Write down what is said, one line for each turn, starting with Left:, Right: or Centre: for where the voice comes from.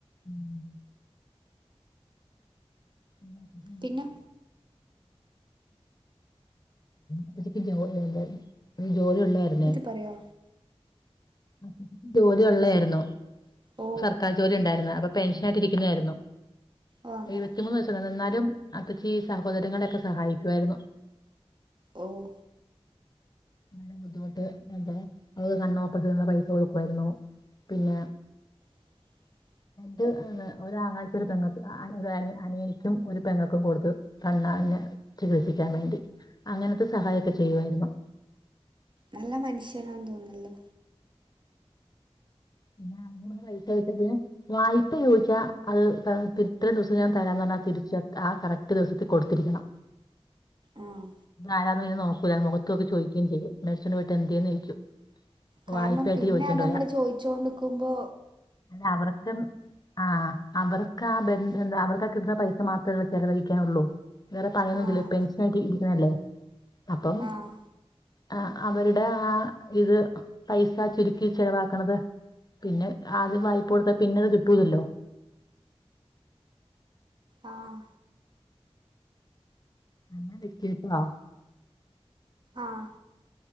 Left: ഉം ഉം
Right: പിന്നെ
Left: അച്ചക്ക് ജോന്ത <inaudible> ഇത് ജോലി ഉള്ളായിരുന്നേ
Right: പറയാ
Left: ആ ജോലി ഉള്ളതായിരുന്നു.
Right: ഓ
Left: സർക്കാർ ജോലി ഉണ്ടായിരുന്നു. അപ്പൊ പെൻഷനായിട്ട് ഇരിക്കുന്നതായിരുന്നു
Right: ഓ അങ്ങനെ
Left: എഴുപത്തിമൂന്ന് വയസ് എന്നാലും അപ്പച്ചിൻ്റെ സഹോദരങ്ങളൊക്കെ സഹായിക്കുമായിരുന്നു.
Right: ഓഹ്
Left: അതുകൊണ്ട് ബുദ്ധിമുട്ട് എന്ത് ഔ കണ്ണോ <unintelligible> മരുന്നിനുള്ള പൈസ കൊടുക്കുമായിരുന്നു പിന്നെ
Right: <inaudible>
Left: രണ്ട്, ഒരാങ്ങളക്ക് ഒരു പെങ്ങക്ക്, അനിയനിക്കും, ഒരു പെങ്ങക്കും കൊടുത്ത് കണ്ണാനെ ചികിത്സിക്കാൻ വേണ്ടി. അങ്ങനത്തെ സഹായം മൊക്കെ ചെയ്യുമായിരുന്നു
Right: നല്ല മനുഷ്യനാണെന്ന് തോന്നുന്നല്ലോ.
Left: പിന്ന നമ്മള് പൈസ ചോദിച്ച് കഴിഞ്ഞാൽ, പിന്നെ വായ്പ ചോദിച്ചാ അത് തന്നാ തിരി ഇത്രയും ദിവസം ഞാൻ തരാന്ന് പറഞ്ഞാൽ തിരിച്ച് ആ കറക്റ്റ് ദിവസത്തിൽ കൊടുത്തിരിക്കണം.
Right: ആഹ്
Left: ആരാന്നൊന്നും പിന്നെ നോക്കൂല. മുഖത്ത് നോക്കി ചോദിക്കുകയും ചെയ്യും. മേടിച്ചോണ്ട് പോയിട്ട് എന്തിയേന്ന് ചോദിക്കും.
Right: കാരണം
Left: വായ്പയായിട്ട്
Right: പിന്നെ
Left: ചോദിച്ചോണ്ട്
Right: അത് നമ്മള്
Left: പോയാ
Right: ചോയിച്ചോണ്ടിക്കുമ്പോ
Left: അല്ല, അവർക്ക്, ആഹ് അവർക്ക് ആ ബന്ധം. അവർക്കാ കിട്ടുന്ന പൈസ മാത്രമല്ലേ ചെലവഴിക്കാനുള്ളൂ. വേറെ പണിയൊന്നുമില്ലല്ലേ
Right: ആഹ്
Left: പെൻഷൻ ആയിട്ട് ഇരിക്കണല്ലേ അപ്പം
Right: ആഹ്.
Left: ആ അവരുടെ ആ ഇത് പൈസ ചുരുക്കി ചെലവാക്കണത്. പിന്നെ ആദ്യ വായിപ്പ കൊടുത്താ പിന്നെയത് കിട്ടൂലല്ലോ
Right: ആഹ്
Left: അന്നെ <unintelligible>
Right: ആഹ്